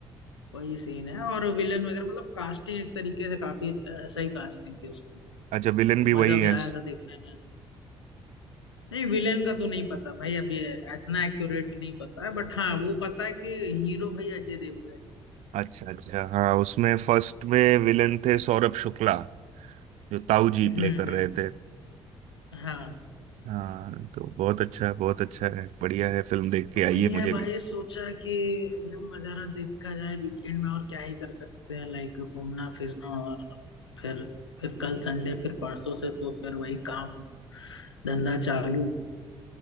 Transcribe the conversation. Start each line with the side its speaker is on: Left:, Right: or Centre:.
Left: वही सीन है और विलन वगैरह मतलब कास्टिंग एक तरीके से काफी अ, सही कास्टिंग थी उसकी
Right: अच्छा विलेन
Left: तो
Right: भी
Left: मजा
Right: वही है
Left: भी आया था देखने में नहीं विलेन का तो नहीं पता भाई अभी इतना एक्यूरेट नहीं पता है बट हाँ वो पता है कि हीरो भाई अजय देवगन है।
Right: अच्छा अच्छा हाँ उसमें फर्स्ट में विलन थे सौरभ शुक्ला जो ताऊ जी
Left: हम्म
Right: प्ले कर
Left: हम्म हम्म,
Right: रहे थे
Left: हाँ
Right: हाँ तो बहुत अच्छा बहुत अच्छा है बढ़िया है फिल्म देख के
Left: तो
Right: आइए
Left: वही है
Right: मुझे
Left: भाई
Right: भी
Left: सोचा कि फिल्म वगैरह देखा जाए वीकेंड में और क्या ही कर सकते हैं लाइक घूमना फिरना और फिर फिर कल संडे फिर परसों से तो फिर वही काम धंधा चालू